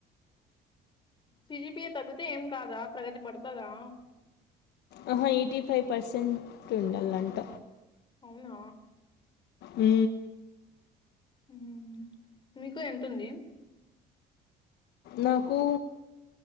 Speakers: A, on the left; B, on the left.
A: సిజీపిఏ తగ్గుతే ఏం కాద ప్రగతి పడుతదా
B: ఆహా ఎయిటీ ఫైవ్ పర్సెంట్ ఉండాలంట
A: అవునా
B: ఉ
A: ఉమ్ మీకు ఎంతుంది
B: నాకు